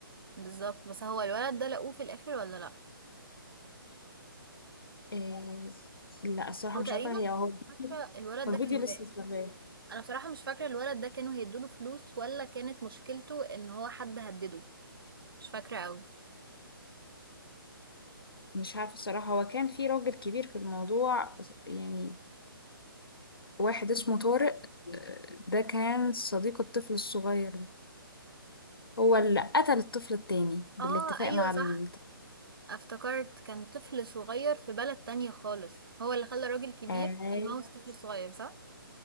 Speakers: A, on the right; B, on the left.
A: بالظبط بس هو الولد ده لقوه في الاخر ولا لا
B: إيه لا الصراحه
A: او
B: مش
A: تقريبا
B: عارفه هي هو
A: مش
B: الفيديو
A: فاكرة الولد
B: هو
A: ده
B: الفيديو
A: كان
B: لسه
A: بقى.
B: شغال
A: انا بصراحة مش فاكرة الولد ده كانوا هيدوله فلوس ولا كانت مشكلته ان هو حد هدده مش فاكرة اوي
B: مش عارفة الصراحة هو كان في راجل كبير في الموضوع يعني واحد اسمه طارق آه، ده كان صديق الطفل الصغير ده هو اللي قتل الطفل التاني بالاتفاق
A: اه ايوه
B: مع
A: صح
B: الطفل
A: افتكرت كان طفل صغير في بلد تانية خالص هو اللي خلى راجل كبير
B: آه
A: يموت طفل صغير صح